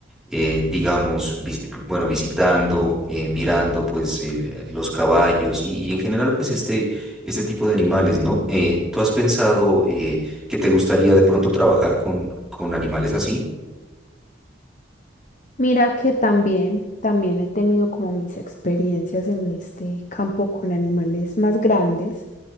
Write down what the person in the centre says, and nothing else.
eh, digamos, visi- bueno, visitando, eh, mirando pues eh, los caballos y, y en general pues este, este tipo de animales, ¿no? Eh, ¿tú has pensado eh, que te gustaría de pronto trabajar con, con animales así?